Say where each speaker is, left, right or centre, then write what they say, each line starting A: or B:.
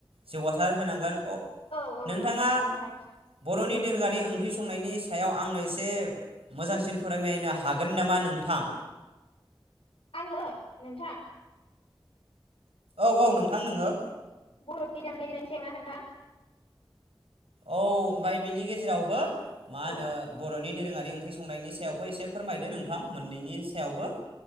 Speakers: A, on the right; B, on the left.
A: जौगासार होनांगोन अ
B: औ औ
A: नोंथाङा
B: नंगौ नोंथां
A: बर'नि दोरोंआरि ओंख्रि संनायनि सायाव आंनो एसे मोजांसिन फोरमायनो हागोन नामा नोंथां
B: आङो नोंथां
A: औ औ नोंथां नोङो
B: बर'नि दामनाय-देनायनि सायावना नोंथां
A: औ ओमफ्राय बिनि गेजेरावबो मा होनो
B: औ
A: बर'नि दोरोङारि ओंख्रि संनायनि सायावबो एसे फोरमायदो नोंथां मोननैनि सायावबो